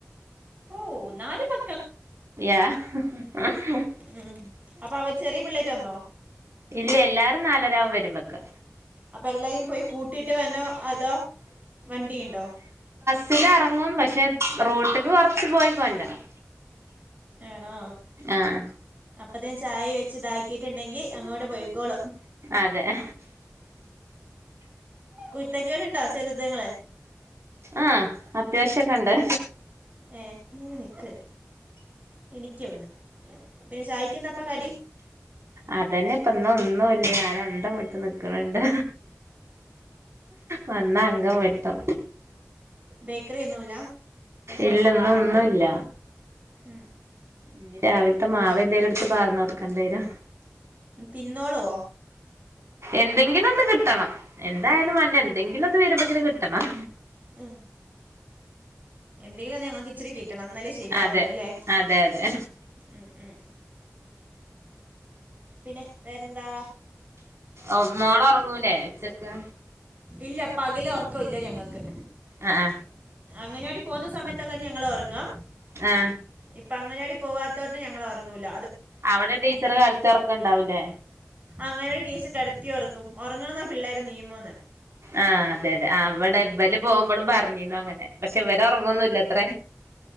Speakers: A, on the right (about 30°); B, on the right (about 60°).
A: ഓ നാല് മ
B: യാ <inaudible>
A: ഉം അപ്പൊ അവര് ചെറിയ പിള്ളേര് വന്നോ
B: ഇല്ല എല്ലാരും നാലരാകും വരുമ്പക്ക്
A: അപ്പൊ എല്ലാരേം പോയി കൂട്ടിട്ട് വരണോ അതോ വണ്ടിയുണ്ടോ
B: ബസ്സിലെറങ്ങും പക്ഷെ റോട്ട്ക്ക് കൊറച്ച് പോയി കൊണ്ടരണം
A: ആണോ
B: ആഹ്
A: അപ്പത്തിന് ചായ വെച്ച് ഇതാക്കിട്ടുണ്ടെങ്കി അങ്ങോട്ട് പോയിക്കോളും
B: അതെ <inaudible>
A: കുത്തക്കേടുണ്ടാ ചെറുതങ്ങള്
B: ആ അത്യാവശ്യൊക്കെണ്ട്.
A: ഏ നേര് നിക്ക്. എന്നീക്കവിടന്ന് പിന്നെ ചായ്ക്കന്താപ്പ കടി
B: അതന്നെപ്പൊന്നൊന്നുംല്ല അത അന്തവിട്ട് നിക്കണണ്ട് വന്നാ അങ്കംവെട്ടും.
A: ഏ ബേക്കറി ഒന്നുമില്ല
B: ഇല്ല ന്നൊന്നുംല്ല
A: ഉം
B: ഇനി രാവിലത്തെ
A: മോശ്
B: മാവന്തേലും എടുത്ത് പാർന്നൊടുക്കണ്ടിവരും.
A: തിന്നൊള്ളോ
B: എന്തെങ്കിലൊന്ന് കിട്ടണം. എന്തായാലും മാണ്ട എന്തെങ്കിലും ഒന്ന് വരുമ്പോക്കിന് കിട്ടണം
A: ഉം എന്തെങ്കിലും ഞങ്ങക്ക് ഇച്ചിരിക്ക്. ട്ടണം ന്നാലേ ശരിയാവുള്ളൂ
B: അതെ
A: ല്ലേ
B: അതെ അതെ
A: ഉം ഉം പിന്നെ വേറെന്താ
B: ഓ മോള് ഒറങ്ങൂലേ ഉച്ചക്ക്
A: ഇല്ല പകലൊറക്ക ഇല്ല ഞങ്ങക്ക്
B: ആ ആ
A: അങ്ങനാടിപോന്ന സമയ താണ് ഞങ്ങൾ ഒറങ്ങാ
B: ആ
A: ഇപ്പൊ അങ്ങനാടി പോവാത്തോടണ്ട്‌ ഞങ്ങൾ ഒറങ്ങൂല
B: അവിടെ ടീച്ചർ കെടത്തി ഒറക്കണ്ടാവൂലേ
A: അങ്ങനെ ടിച്ചർ കെടത്തി ഒറക്കും ഉറങ്ങണംന്നാപിള്ളേരെ നിയമം
B: ആ അതെ അതെ ആ വിടെ ഇവല് പോവുമ്പോളും പറഞ്ഞിന്നു അങ്ങനെ. പക്ഷെ ഇവര് ഉറങ്ങൊന്നുല്ല അത്ര